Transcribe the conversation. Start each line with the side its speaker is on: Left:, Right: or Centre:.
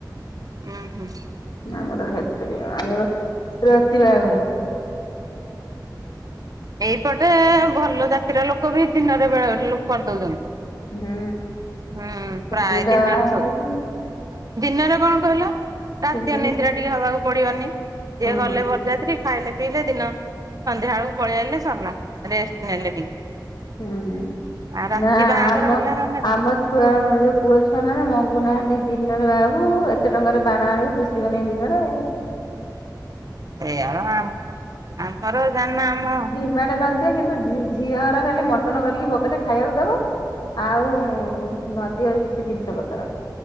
Right: ଉଁ ହୁଁ
Left: ଆମର କ୍ଷେତ୍ରିୟ ଆମର ରାତି ବାହାଘର।
Right: ଏଇପଟେ ଭଲ ଜାତିର ଲୋକ ବି ଦିନରେ ବେଳେବେଳିି ଲୋକ କରିଦଉଛନ୍ତି।
Left: ହୁଁ।
Right: ହୁଁ ପ୍ରାୟ
Left: ସୁବିଧା
Right: ଦିନରେ
Left: ହଉଛି
Right: ସବୁ। ଦିନରେ କଣ କହିଲ ରାତି
Left: ସୁବିଧା
Right: ଅନିଦ୍ରା ଟିକେ ହବାକୁ ପଡିବନି। ଯିଏ
Left: ହଁ
Right: ଗଲେ ବରଯାତ୍ରୀ ଖାଇଲେ ପିଇଲେ ଦିନ ସନ୍ଧ୍ୟା ବେଳକୁ ପଳେଇଆଇଲେ ସରିଲା ରେଷ୍ଟ। ନେଲେ ଟିକେ
Left: ହଁ ହୁଁ
Right: ଆଉ ରାତି
Left: ନାଁ
Right: ବାହାଘର
Left: ଆମ
Right: ହେଲା ମାନେ
Left: ଆମ ଛୁଆ ଯୋଉ ପୁଅ ଛୁଆ ମାନେ ମଙ୍ଗୁନାହାନ୍ତି ଦିନରେ ବାହା ହବୁ ଏତେ ଟଙ୍କାରେ ବାଣ ଆଣିବୁ ଦୁ <inaudible> ଦିନରେ।
Right: ଏୟା ପା ଆମର ଜାନା ଆମ।
Left: ଡିମାଟେ ନଦିଅ କିନ୍ତୁ ଝି ଝିଅ ଘର ଖାଲି ମଟନ କରିକି ବକତେ ଖାଇବାକୁ ଦବ। ଆଉ ନ ଦିଅ କିଛି ଜିନିଷ ପତ୍ର।